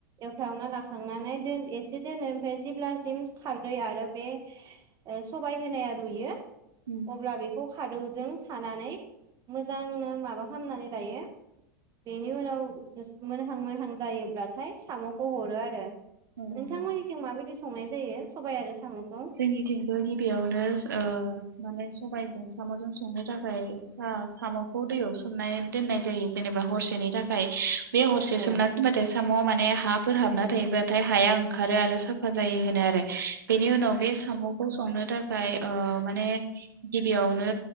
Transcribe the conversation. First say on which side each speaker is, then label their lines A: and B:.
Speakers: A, on the right; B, on the right.
A: <unintelligible> फ्रावना लाखांनानै दोन एसे दोनो ओमफाय जेब्लासिम खारदै आरो बे ओ सबाइ होनाया रुयो
B: उम
A: अब्ला बेखौ खादौजों सानानै मोजांनो माबा खामनानै लायो। बेनि उनाव <unintelligible> मोनहां मोनहां जायोब्लाथाय साम'खौ हरो आरो।
B: औ
A: नोंथांमोननिथिं
B: औ
A: माबायदि संनाय जायो सबाय आरो साम'खौ
B: जोंनिथिंबो गिबियावनो ओ। माने सबाइजों साम'जों संनो थाखाय सा-साम'खौ दैयाव सोमनाय दोननाय जायो जेनेबा हरसेनि थाखाय। बे हरसे
A: औ
B: सोमना दोनबाथाय साम माने हाफ फोर हाबना थायोबब्लाथाय हाया ओंखारो आरो साफ फाजायो होनो
A: औ
B: आरो। बेनि उनाव बे साम'खौ संनो थाखाय माने गिबियावनो